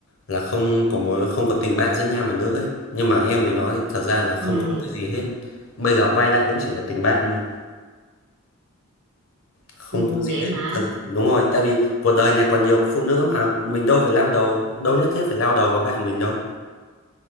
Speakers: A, on the left; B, on the right.
A: là không có mối không có tình bạn giữa nam và nữ ấy nhưng mà em với nó thì thật ra là không
B: ừ,
A: có một cái gì hết bây giờ quay lại cũng chỉ là tình bạn thôi không
B: ừ
A: có gì
B: vậy
A: hết
B: hả
A: thật, đúng rồi tại vì cuộc đời này còn nhiều phụ nữ mà mình đâu phải lao đầu đâu nhất thiết phải lao đầu vào bạn mình đâu